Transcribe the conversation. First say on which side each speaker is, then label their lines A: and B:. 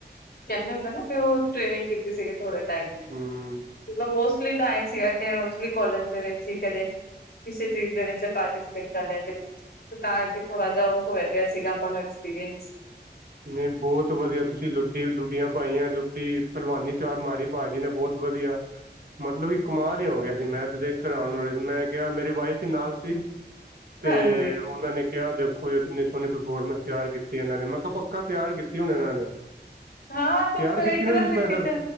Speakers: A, on the left (about 65°); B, on the right (about 60°).
A: ਕਹਿੰਦੇ ਹੁੰਦੇ ਨਾ ਕੀ ਉਹ ਟ੍ਰੇਨਿੰਗ ਕੀਤੀ ਸੀਗੀ ਥੋੜ੍ਹੇ ਟਾਈਮ ਲੀ
B: ਹਮ
A: <unintelligible> ਮੋਸਟਲੀ ਤਾਂ ਐ ਸੀਗਾ ਕਿ ਮੋਸਟਲੀ ਕੋਲੇਜ ਦੇ ਵਿੱਚ ਹੀ ਕਰੇ ਕਿਸੇ ਚੀਜ਼ ਦੇ ਵਿੱਚ ਪਾਰਟੀਸਪੇਟ ਕਰਲਿਆ ਕਦੀ ਤਾਂ ਕੇ ਥੋੜ੍ਹਾ ਜਿਹਾ ਉਹ ਹੋਇਆ ਗਿਆ ਸੀਗਾ ਆਪਾਂ ਨੂੰ ਐਕਸਪੀਰੀਅੰਸ
B: ਨਹੀਂ ਬਹੁਤ ਵਧੀਆ ਤੁਸੀਂ ਲੁੱਟੀ, ਲੁੱਡੀਆਂ ਪਾਈਆਂ ਲੁੱਟੀ, ਪਲਵਾਨੀ ਚਾਰ ਮਾੜੀ ਭਾਜੀ ਨੇ, ਬਹੁਤ ਵਧੀਆ। <inaudible> ਮਤਲਬ ਕਿ ਕਮਾਲ ਹੀ ਹੋਗਿਆ ਸੀ, ਮੈਂ ਤੇ ਦੇਖਕੇ ਹੈਰਾਨ ਹੋਗਿਆ ਸੀ, ਮੈਂ ਕਿਹਾ, ਮੇਰੀ ਵਾਈਫ ਵੀ ਨਾਲ ਸੀ। ਤੇ,
A: ਹਾਂਜੀ,
B: ਉਹਨਾਂ ਨੇ ਕਿਹਾ ਦੇਖੋ ਇਹ ਕਿੰਨੀ ਸੋਹਣੀ ਪਰਫੋਰਮੈਂਸ ਤਿਆਰ ਕੀਤੀ ਇਹਨਾਂ ਨੇ, ਮੈਂ‌ ਕਾ ਪੱਕਾ ਤਿਆਰ ਕੀਤੀ ਹੋਣੀ ਨੇ, ਇਨ੍ਹਾਂ ਨੇ
A: ਹਾਂ, ਤੂੰ
B: ਤਿਆਰ
A: ਪਰ
B: ਕੀਤੀ
A: ਇਕਦਮ
B: ਨਾ ਤੁਸੀਂ ਸਪੈਸ਼ਲ
A: ਦੇਖੇ'ਚ